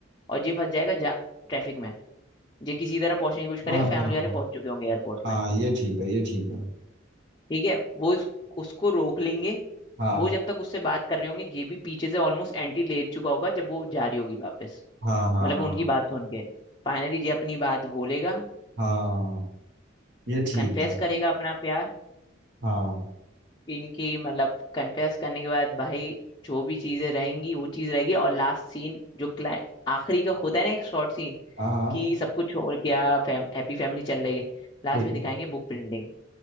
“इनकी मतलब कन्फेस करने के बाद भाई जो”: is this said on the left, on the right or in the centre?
Left